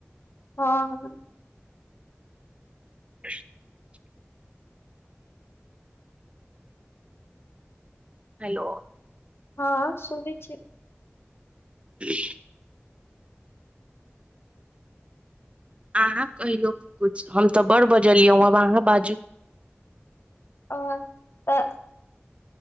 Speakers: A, on the left; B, on the right.
A: हँ
B: <unintelligible> हेलो
A: हँ सुनै छियै
B: <unintelligible> अहाँ कहियौ कुछ हम तऽ बड़ बजलियौ आब अहाँ बाजू
A: अ तऽ